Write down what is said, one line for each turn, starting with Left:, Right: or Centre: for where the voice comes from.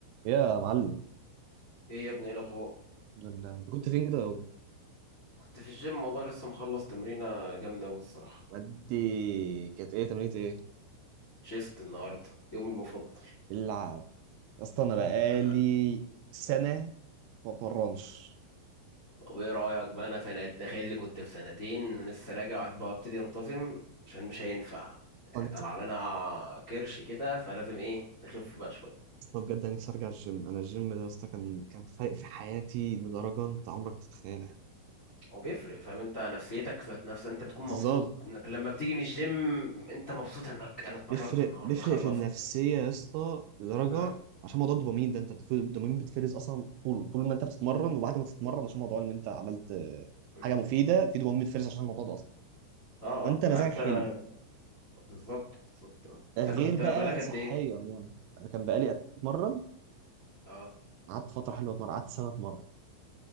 Right: يا معلم
Left: ايه يا ابني ايه الاخبار
Right: ال- انت كنت فين كده يابا
Left: كنت في الجيم والله لسه مخلص تمرينه جامده أوي الصراحه
Right: ودي كانت ايه تمرينة ايه
Left: شيست النهارده يومي المفضل
Right: اللعب يا اسطى انا بقالي
Left: آه،
Right: سنه ما بتمرنش
Left: طب ايه رايك بقى انا في تخيل اللي كنت في سنتين ولسه راجع عايز بقى ابتدي انتظم عشان مش هينفع آه،
Right: أنا نفسي-
Left: طلع لنا كرش كده فلازم ايه نخف بقى شويه
Right: اصلا بجد انا نفسي ارجع الجيم انا الجيم ده يا اسطى كان كان فارق في حياتي لدرجه انت عمرك تتخيلها
Left: هو بيفرق فاهم انت نفسيتك ذات نفسها انت بتكون
Right: بالظبط
Left: مبسوط انك لما بتيجي من الجيم انت مبسوط انك انا اتمرنت
Right: بيفرق
Left: النهارده
Right: بيفرق
Left: خلصت
Right: في النفسيه يا اسطى لدرجه
Left: اه
Right: عشان موضوع الدوبامين ده انت بتف- الدوبامين بتفرز اصلا طول طول ما انت بتتمرن وبعد ما تتمرن عشان موضوع ان انت عملت آه،
Left: اه
Right: حاجه مفيده في دوبامين بتفرز عشان الموضوع ده اصلا
Left: اه
Right: فانت مزاجك
Left: حتى
Right: حلو
Left: بالظبط بالظبط آه.
Right: غير
Left: انت كنت
Right: بقى
Left: بقالك قد
Right: صحيا
Left: ايه
Right: يعني انا كان بقالي
Left: مم.
Right: قبل ما اتمرن
Left: اه
Right: قعدت فتره حلوه اتمرن قعدت سنه اتمرن